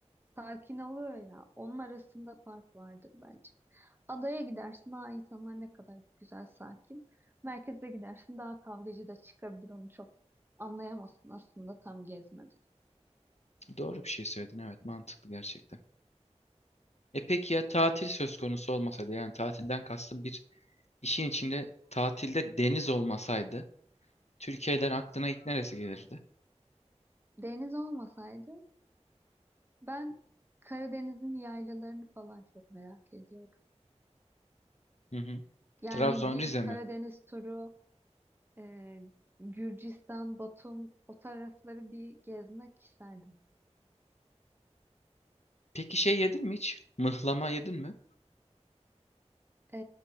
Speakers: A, on the right; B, on the left.
A: Sakin oluyor ya. Onun arasında fark vardır bence. Adaya gidersin, aa insanlar ne kadar güzel, sakin. Merkeze gidersin, daha kavgacı da çıkabilir. Onu çok anlayamazsın aslında tam gezmeden.
B: Doğru bir şey söyledin evet mantıklı gerçekten. E peki ya tatil söz konusu olmasaydı yani tatilden kastım bir işin içinde tatilde deniz olmasaydı Türkiye'den aklına ilk neresi gelirdi?
A: Deniz olmasaydı ben Karadeniz'in yaylalarını falan çok merak ediyorum.
B: Hı hı.
A: Yani
B: Trabzon,
A: bir
B: Rize
A: Karadeniz
B: mi?
A: turu, e, Gürcistan, Batum o tarafları bir gezmek isterdim.
B: Peki şey yedin mi hiç? Mıhlama yedin mi?
A: E,